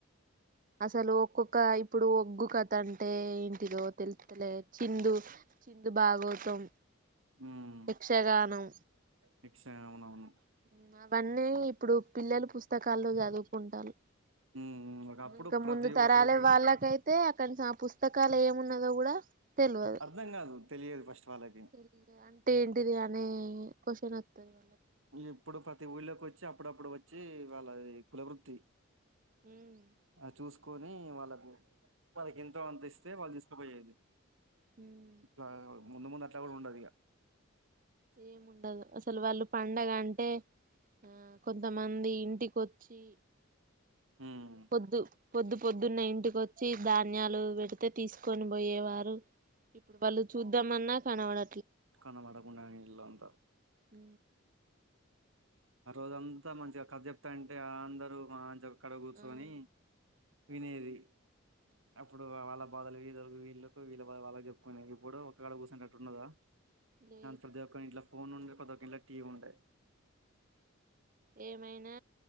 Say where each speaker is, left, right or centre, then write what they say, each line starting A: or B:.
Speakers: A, on the right; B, on the right.
A: అసలు ఒక్కొక్క ఇప్పుడు ఒగ్గు కథ అంటే ఏంటిదో తెలుత్తలే చిందు చిందు బాగోతాం
B: ఉమ్
A: యక్షగానం
B: నిక్ష అవునవును
A: మ్మ్ అవన్నీ ఇప్పుడు పిల్లలు పుస్తకాల్లో చదువుకుంటాలు
B: ఉమ్ ఉమ్. ఒకప్పుడు
A: ఇంకా
B: ప్రతి
A: ముందు తరాలే
B: ఒక్కరి ఊ-
A: వాళ్ళకైతే అయితే అక్కడి ఆ పుస్తకాలు ఏమున్నదో కూడా తెల్వదు
B: అర్థం కాదు తెలియదు ఫస్ట్ వాళ్ళకి
A: తెలీదు అంటే ఏంటిది అనే క్వశ్చన్ వత్ తెల్వని
B: ఇప్పుడు ప్రతి ఊళ్ళోకి వచ్చి అప్పుడప్పుడు వచ్చి వాళ్ళది కులవృత్తి
A: మ్మ్
B: ఆ చూసుకొని వాళ్ళకు వాళ్ళకి ఎంతో అంత ఇస్తే వాళ్ళు తీసుకుపోయేది
A: హూ ఉ
B: ఇట్లా ముందు ముందు అట్ల గూడ ఉండదిక
A: ఏముండదు అసలు వాళ్ళు పండగ అంటే ఆ కొంతమంది ఇంటికి ఒచ్చి
B: ఉమ్
A: పొద్దు పొద్దు పొద్దున్న ఇంటికొచ్చి దాని పుణ్యాలు పెడితే తీసుకొని పోయేవారు ఇప్పుడు వాళ్ళు చూద్దామన్నా ఛానవడు
B: కనపడకుండానే ఇల్లు అంత
A: ఉ
B: ఆ రోజంతా మంచిగా కథ చెప్తా అంటేఆ అందరు చె అక్కడ కూర్సొని
A: ఆ
B: వినేది అప్పుడు వాళ్ళ బాధలు వీధలు వీళ్ళకు వీళ్ళ బాధలు వాళ్లకు చెప్పుకుని ఇప్పుడు ఒకక్కడ కూర్చనేటట్టున్నదా
A: లేదు
B: ప్రతిఒక్కరి ఇంట్ల ఫోన్ ఉండే ప్రతిఒక్క ఇంట్లకు టీవీ వుంటాయి
A: ఏమైనా